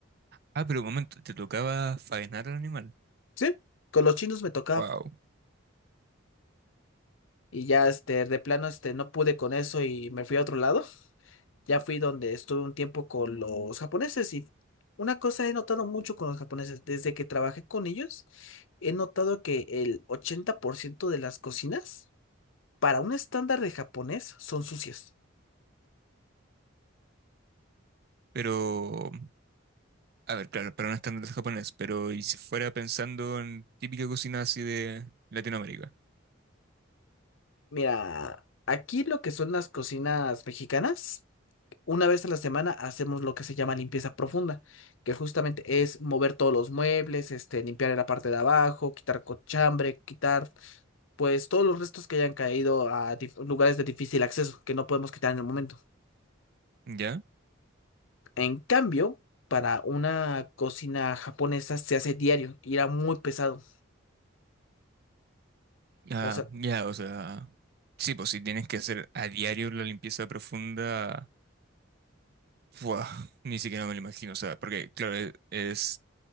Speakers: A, on the right; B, on the left.
A: Ah, pero un momento, te tocaba faenar al animal.
B: Sí, con los chinos me tocaba.
A: Wow.
B: Y ya este, de plano este, no pude con eso y me fui a otro lado. Ya fui donde estuve un tiempo con los japoneses y una cosa he notado mucho con los japoneses, desde que trabajé con ellos, he notado que el 80% de las cocinas, para un estándar de japonés, son sucias.
A: Pero, a ver, claro, para un estándar japonés, pero y si fuera pensando en típica cocina así de Latinoamérica.
B: Mira, aquí lo que son las cocinas mexicanas. Una vez a la semana hacemos lo que se llama limpieza profunda, que justamente es mover todos los muebles, este, limpiar en la parte de abajo, quitar cochambre, quitar pues todos los restos que hayan caído a dif- lugares de difícil acceso que no podemos quitar en el momento.
A: Ujú, ¿Ya?
B: En cambio, para una cocina japonesa se hace diario y era muy pesado.
A: Ah,
B: O sea,
A: ya, o sea. Sí, pues si tienes que hacer a diario la limpieza profunda. Buah, ni siquiera me lo imagino. O sea, porque, claro, e- es.